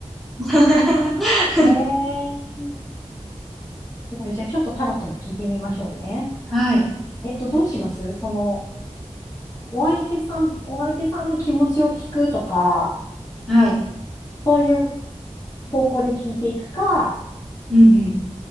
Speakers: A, in the centre; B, on the left.
A: <laughs>
B: ええー、すごい。じゃあ、ちょっとタロットに聞いてみましょうね。
A: はい。
B: えっと、どうしますその、お相手さん、お相手さんの気持ちを聞くとか、
A: はい。
B: そういう方向で聞いていくか、
A: うんう